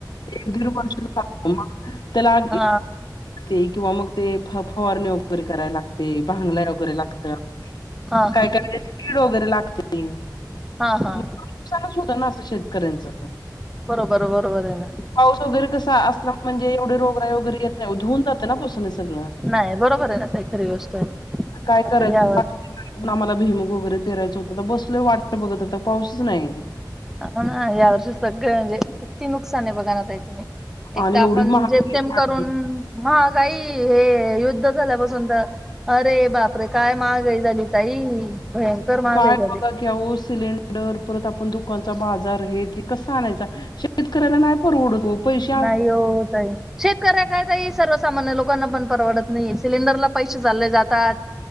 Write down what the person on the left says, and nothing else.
एक दीड वर्ष झाल ना मग त्याला
ते किंवा मग ते फ फवारणे वगैरे करायला लागते. भांगलाय वगैरे लागत
काय,
काय, कीड वगैरे लागते.
मग नुकसानच होत ना असं शेतकऱ्यांच
पाऊस वगैरे कसा असला म्हणजे, एवढे रोग राई वगैर येत नाही धुऊन जातं ना पावसानच मग
काय
करायचं
बाकीचे आम्हाला भीमु गोगरे पेरायचं कूट बसलं वाट बघत आता पाऊसच नाहीय
आणि
एवढी महागाई
वाढली
काय
बघा की अहो सिलेिंडर परत आप आपण दुकानचा बाजार हे ते कसा आणायचा शेतकऱ्याला नाही परवडत ओ. पैसे आ-